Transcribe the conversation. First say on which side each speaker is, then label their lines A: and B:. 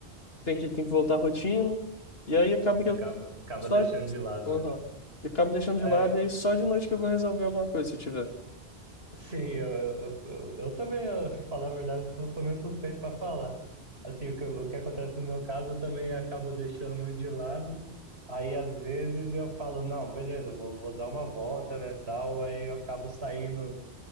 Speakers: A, on the left (about 65°); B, on the right (about 75°).
A: tem que, tem que voltar à rotina. E aí, acaba que
B: acaba,
A: eu
B: acaba
A: só...
B: deixando de lado,
A: Aham.
B: né?
A: E acabo deixando
B: É,
A: de lado e só de noite que eu vou resolver alguma coisa, se tiver.
B: Sim, eu, eu, eu, eu também, eu, <laughs> pra falar a verdade, eu sou sou meio suspeito para falar. Assim, o que, eu- o que acontece no meu caso, eu também acabo deixando muito de lado. Aí, às vezes, eu falo, não, beleza, vou, vou dar uma volta, né, tal. Aí eu acabo saindo